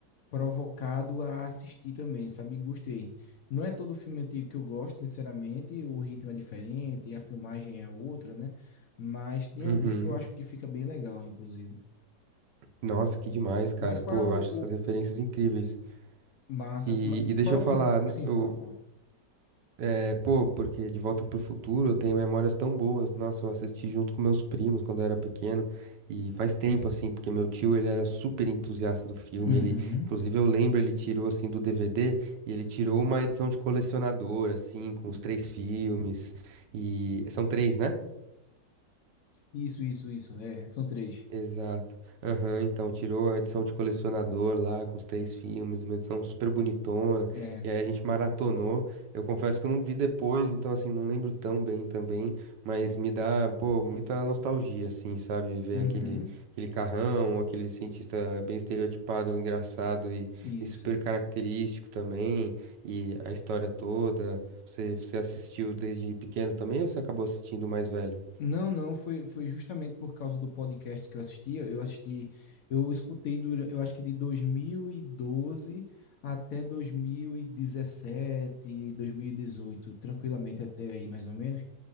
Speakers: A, on the left; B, on the right.
A: provocado a assistir também, sabe? Gostei. Não é todo filme antigo que eu gosto, sinceramente, o ritmo é diferente, a filmagem é outra, né? Mas tem
B: Uhum.
A: alguns que eu acho que fica bem legal, inclusive.
B: Nossa, que demais, cara.
A: Mas qual
B: Pô,
A: é o, o-
B: eu acho essas referências incríveis.
A: massa?
B: E,
A: ma-
B: e deixa
A: Qual é
B: eu
A: o
B: falar,
A: filme?
B: n-
A: Sim,
B: eu,
A: fala, fala.
B: é, pô, porque De Volta pro Futuro eu tenho memórias tão boas. Nossa, eu assisti junto com meus primos quando eu era pequeno. E faz tempo, assim, porque meu tio, ele era super entusiasta do filme.
A: Uhum.
B: Ele, inclusive, eu lembro, ele tirou, assim, do DVD e ele tirou uma edição de colecionador, assim, com os três filmes. E são três, né?
A: Isso, isso, isso. É, são três.
B: Exato. Aham, então tirou a edição de colecionador lá com os três filmes, uma edição super bonitona.
A: É.
B: E aí a gente maratonou. Eu confesso que eu não vi depois, então assim, não lembro tão bem também, mas me dá, pô, muita nostalgia assim, sabe, ver
A: Uhum.
B: aquele aquele carrão, aquele cientista bem estereotipado, engraçado e,
A: Isso.
B: e super característico também, e a história toda. Você você assistiu desde pequeno também ou você acabou assistindo mais velho?
A: Não, não, foi, foi justamente por causa do podcast que eu assistia. Eu assisti, eu escutei durante, eu acho que de 2012 até 2017, 2018, tranquilamente até aí, mais ou menos.